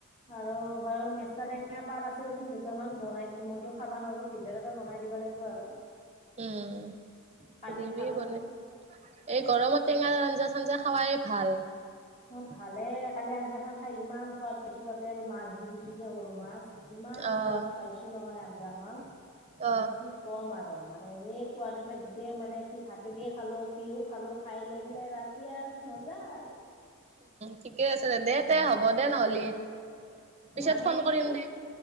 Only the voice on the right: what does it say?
উম
দিবি
বনাই এই গৰমত টেঙা আঞ্জা চাঞ্জা খোৱাই ভাল
অ',
অ'।
ঠিকে আছে দে
দে হ'ব দে নহ'লি
পিছত
ফোন
কৰিম দে